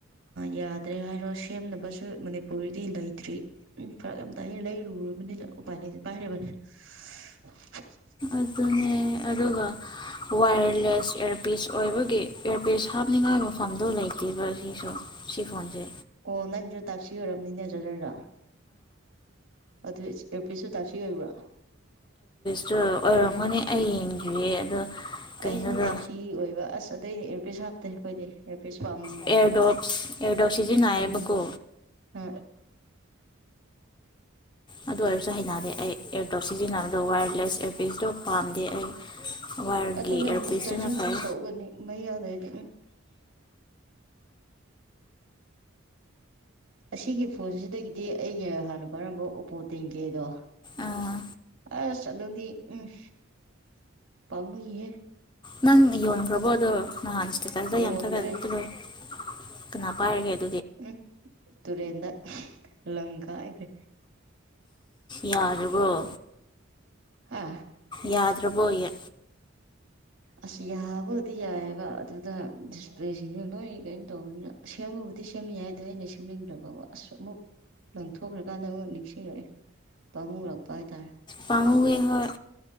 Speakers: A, on the right; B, on the left.
A: ꯌꯥꯗ꯭ꯔꯦ ꯍꯥꯏꯔꯣ ꯁꯦꯝꯅꯕꯁꯨ ꯃꯅꯤꯄꯨꯔꯔꯤꯗꯤ ꯂꯩꯇ꯭ꯔꯤ ꯎꯝ ꯐꯔꯛ ꯌꯥꯝ ꯇꯥꯏ ꯂꯩꯔꯨꯔꯕꯅꯤꯅ ꯎꯄꯥꯏ ꯂꯩꯁꯦ ꯄꯥꯏꯔꯤꯕꯅꯤ <unintelligible>
B: ꯑꯗꯨꯅꯦ ꯑꯗꯨꯒ ꯋꯥ ꯋꯥꯌꯔꯂꯦꯁ ꯏꯌꯥꯔꯄꯤꯤꯁ ꯑꯣꯏꯕꯒꯤ ꯏꯌꯥꯔꯄꯤꯁ ꯍꯥꯞꯅꯤꯡꯉꯥꯏ ꯃꯐꯝꯗꯣ ꯂꯩꯇꯦꯕ ꯁꯤꯁꯨ ꯁꯤ ꯐꯣꯟꯁꯦ
A: ꯑꯣ ꯅꯪꯁꯨ ꯇꯥꯁꯤ ꯑꯣꯏꯔꯕꯅꯤꯅꯦꯖꯔꯔ ꯑꯗꯨ ꯑꯦ ꯄꯔꯤꯁꯨ ꯇꯥꯁꯤ ꯑꯣꯏꯕ꯭ꯔꯥ
B: ꯇ ꯑꯣꯏꯔꯝꯒꯅꯦ ꯑꯩ ꯌꯦꯡꯈꯤꯌꯦ ꯑꯗꯣ ꯀꯩꯅꯣꯗꯣ
A: ꯑꯩꯁꯨ ꯇꯞꯁꯤ ꯑꯣꯏꯕ ꯑꯁ ꯑꯗꯩ ꯄꯩꯁꯥꯗꯦ ꯀꯣꯏꯔꯦ ꯑꯦ ꯄ ꯁꯋꯥꯝꯗꯕ
B: ꯑꯦꯌꯔꯗꯣꯞꯁ ꯑꯦꯌꯔꯗꯣꯞ ꯁꯤꯖꯤꯟꯅꯩꯌꯦꯕꯀꯣ
A: ꯎꯝ ꯑ
B: ꯑꯗꯨ ꯑꯣꯏꯔꯁꯨ ꯍꯩꯅꯗꯦ ꯑꯩ ꯏꯌꯥꯔꯇꯣꯠ ꯁꯤꯖꯤꯟꯅꯕꯗ ꯋꯥꯌꯔꯂꯦꯁ ꯏꯌꯥꯔꯄꯤꯠꯁꯤꯁꯨ ꯄꯥꯝꯗꯦ ꯑꯩ ꯋꯥꯌꯔꯒꯤ
A: ꯑꯗꯨꯅꯦ
B: ꯑꯦꯌꯔꯄꯤꯁꯇꯨꯅ
A: ꯑꯃꯨꯛ ꯆꯥꯔꯖꯤꯡ
B: ꯐꯩ
A: ꯑꯃꯨꯛ ꯇꯧꯒꯅꯤ ꯃꯩ ꯌꯥꯎꯗ꯭ꯔꯗꯤ ꯎꯝ ꯑꯁꯤꯒꯤ ꯐꯣꯟꯁꯤꯗꯒꯤꯗꯤ ꯑꯩꯒꯤ ꯍꯥꯟꯅ ꯄꯥꯏꯔꯝꯕ ꯑꯣꯞꯄꯣ ꯇꯦꯡꯒꯦꯗꯣ
B: ꯑꯥ
A: ꯑꯁ ꯑꯗꯨꯪꯗꯤ ꯎꯝ ꯄꯃꯨꯍꯦ
B: ꯅꯪ ꯌꯣꯟ ꯑꯣꯏ꯭ꯔꯔꯕꯣ ꯑꯗꯨ ꯅꯅꯥꯅꯤꯁꯤꯂꯀꯖꯥꯏ
A: ꯌꯣꯟꯗ꯭ꯔꯦ
B: ꯑ ꯑꯃ ꯊ ꯑꯗꯨꯂꯣꯏ ꯀꯅꯥ ꯄꯥꯏꯔꯒꯦꯦ
A: ꯎꯝ ꯇꯨꯔꯤꯦꯟꯗ ꯂꯪꯀ ꯑꯩꯈ
B: ꯌꯥꯔꯕꯨꯣ
A: ꯍꯥ
B: ꯌꯥꯗ ꯗ꯭ꯔꯕꫭ ꯌꯦ
A: ꯑꯁ ꯌꯥꯕꯕꯨꯗꯤ ꯌꯥꯏꯑꯕ ꯑꯗꯨꯗ ꯗꯤꯁꯄ꯭ꯂꯦꯁꯤꯡꯗꯨ ꯂꯣꯏ ꯀꯩꯅꯣ ꯇꯧꯕꯅꯤꯅ ꯁꯦꯝꯕꯕꯨꯗꯤ ꯁꯦꯝꯕ ꯌꯥꯏ ꯑꯗꯣ ꯑꯩꯅ ꯁꯦꯝꯅꯤꯡꯗ꯭ꯔꯕ ꯑꯁ ꯑꯃꯨꯛ ꯂꯪꯊꯣꯛꯈ꯭ꯔꯀꯥꯟꯗ ꯑꯃꯨꯛ ꯅꯤꯡꯁꯤꯡꯔꯛꯑꯦ ꯄꯥꯝꯃꯨꯔꯛꯄ ꯍꯥꯏꯇꯥꯔꯦ
B: ꯄꯥꯝꯃꯨꯋꯦ ꯍꯣꯏ